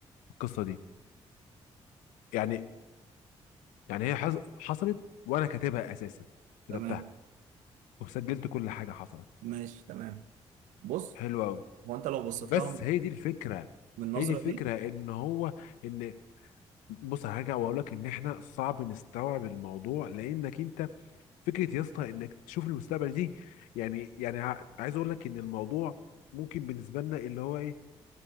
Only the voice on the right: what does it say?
تمام
ماشي تمام بص
هو انت لو بصيت
لها
من النظره
دي